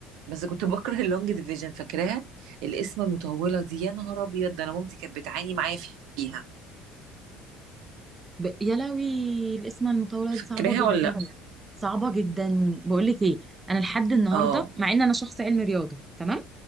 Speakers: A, on the right; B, on the right.
A: بس كنت <laughs> بكره اللونج ديفيجن فاكراها القسمة المطولة دي يا نهار ابيض ده انا مامتي كانت بتعاني معايا فيها
B: ب... يا لهوي الاسم المطوله
A: فاكراها
B: دي صعبه جدا
A: ولا لا
B: صعبه جدا بقول لك ايه انا لحد النهارده
A: اه
B: مع ان انا شخص علمي رياضه تمام